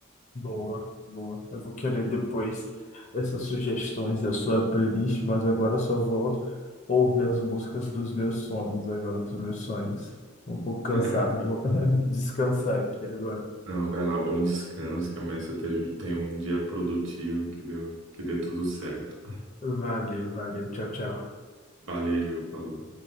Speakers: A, on the left; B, on the right.
A: Boa, boa. Eu vou querer depois essas sugestões da sua playlist, mas agora eu só vou ouvir as músicas dos meus sonhos, agora dos meus sonhos. Tô Um pouco cansado,
B: <laughs>
A: e vou <laughs> descansar aqui agora.
B: Não, vai lá, bom descanso, que amanhã você te- tenha um dia produtivo, que deu, que dê tudo certo.
A: Valeu, valeu. Tchau, tchau.
B: Valeu, falou.